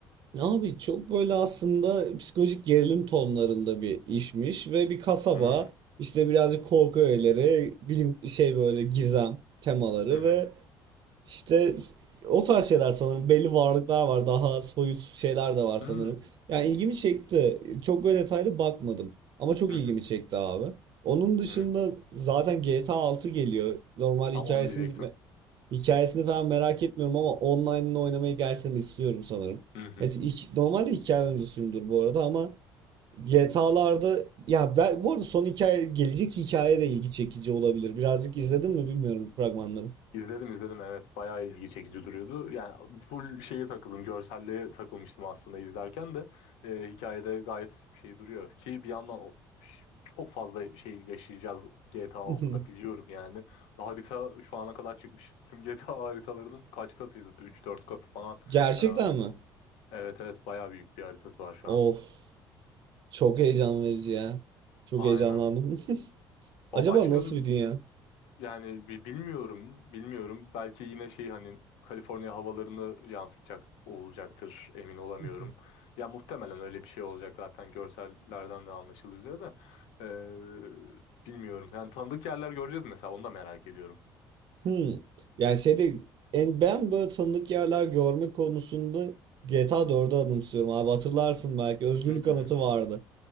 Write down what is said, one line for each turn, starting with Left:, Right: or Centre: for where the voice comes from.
Right: Abi çok böyle aslında psikolojik gerilim tonlarında bir işmiş ve bir kasaba
Left: Hı.
Right: işte birazcık korku öğeleri, bilim şey böyle gizem temaları
Left: Hı hı.
Right: ve işte s- o tarz şeyler sanırım belli varlıklar var daha soyut şeyler de var sanırım.
Left: Hı.
Right: Yani ilgimi çekti. Çok böyle detaylı bakmadım ama çok
Left: Hı
Right: ilgimi
Left: hı.
Right: çekti abi. Onun dışında
Left: Hı.
Right: zaten GTA 6 geliyor. Normal
Left: Tam
Right: hikayesini
Left: onu diyecektim.
Right: Hikayesini falan merak etmiyorum ama online'ını oynamayı gerçekten istiyorum sanırım.
Left: Hı hı.
Right: Evet, hiç- normalde hikaye oyuncusuyumdur bu arada ama GTA'larda ya ben bu arada son hikaye gelecek hikaye de ilgi çekici olabilir. Birazcık izledim mi bilmiyorum bu fragmanları.
Left: İzledim izledim evet bayağı ilgi çekici duruyordu. Yani full şeye takıldım görselliğe takılmıştım aslında izlerken de e, hikayede gayet şey duruyor. Ki bir yandan o- ş- çok fazla şey yaşayacağız GTA altıda
Right: <laughs>
Left: biliyorum yani. Harita şu ana kadar çıkmış tüm GTA haritalarının kaç katıydı? üç dört katı falan
Right: Gerçekten
Left: herhalde.
Right: mi?
Left: Evet evet bayağı büyük bir haritası var şu
Right: Of,
Left: an.
Right: çok heyecan verici ya. Çok
Left: Aynen.
Right: heyecanlandım. <laughs>
Left: Ba-
Right: Acaba
Left: Başka
Right: nasıl bir dünya?
Left: yani bi- bilmiyorum bilmiyorum. Belki yine şey hani Kaliforniya havalarını yansıtacak olacaktır emin olamıyorum.
Right: <laughs>
Left: Ya muhtemelen öyle bir şey olacak zaten görsellerden de anlaşılıyor üzere de. Ee, bilmiyorum. Yani tanıdık yerler göreceğiz mesela onu da merak ediyorum.
Right: Hmm. Yani şeyde en ben böyle tanıdık yerler görme konusunda GTA 4'ü anımsıyorum abi hatırlarsın belki özgürlük
Left: Hı hı.
Right: anıtı vardı.